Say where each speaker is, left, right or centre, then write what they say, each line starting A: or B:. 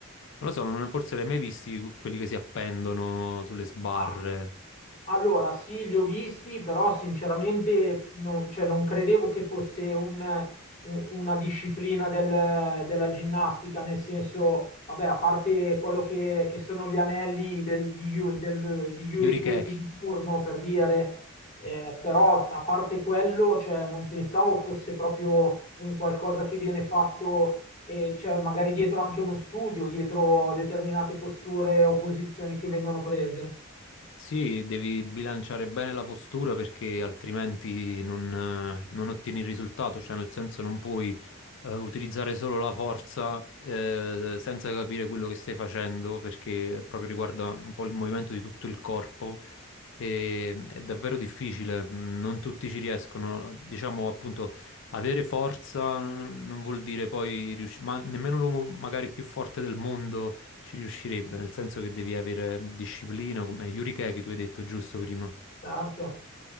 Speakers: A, on the left; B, on the left.
A: non lo so, non- forse li hai mai visti quelli che si appendono sulle sbarre.
B: Ah. Allora, sì, li ho visti, però sinceramente non, cioè, non credevo che fosse un- un- una disciplina del- della ginnastica, nel senso, vabbè, a parte quello che, che sono gli anelli del- di, Yu- del- di Yuri
A: Gli orikeki.
B: Keki di turno, per dire, eh, però a parte quello, cioè, non pensavo fosse proprio un qualcosa che viene fatto e c'è magari dietro anche uno studio, dietro determinate posture o posizioni che vengono prese.
A: Sì, devi bilanciare bene la postura perché altrimenti non, eh, non ottieni il risultato, cioè nel senso non puoi eh, utilizzare solo la forza eh, senza capire quello che stai facendo perché proprio riguarda un po' il movimento di tutto il corpo e è davvero difficile, mh, non tutti ci riescono. Diciamo appunto, avere forza n- non vuol dire poi riuscire, ma nemmeno l'uomo magari più forte del mondo ci riuscirebbe, nel senso che devi avere disciplina, come Yuri Keke tu hai detto giusto prima.
B: Certo.